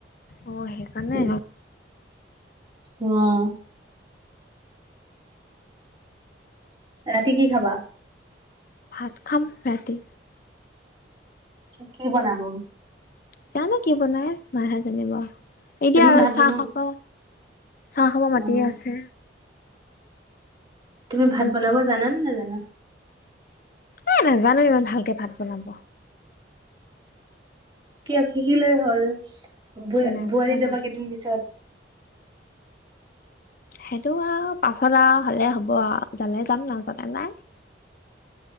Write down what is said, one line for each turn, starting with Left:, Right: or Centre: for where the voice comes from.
Left: অ' সেইকাৰণে
Right: উম। উম। ৰাতি কি খাবা।
Left: ভাত খাম ৰাতি।
Right: কি বনাব।
Left: জানো কি বনাই, মাইহে জানিব। এতিয়া
Right: তুমি ভাত
Left: চাহ
Right: বনো
Left: খাব চাহ খাব মাতিয়ে
Right: উম
Left: আছে।
Right: তুমি ভাত
Left: বোলো
Right: বনাব
Left: যাম
Right: জানা নে নাজানা।
Left: এ নাজানো ইমান ভালকে ভাত বনাব।
Right: কিয় শিকিলেই হ'ল। <inaudible> বোৱা
Left: নাজানো
Right: বোৱাৰী
Left: মই
Right: যাবা কেইদিন পিছত।
Left: সেইটো আৰু পাছত আৰু হ'লে হ'ব আৰু যালে যাম নাজালে নাই।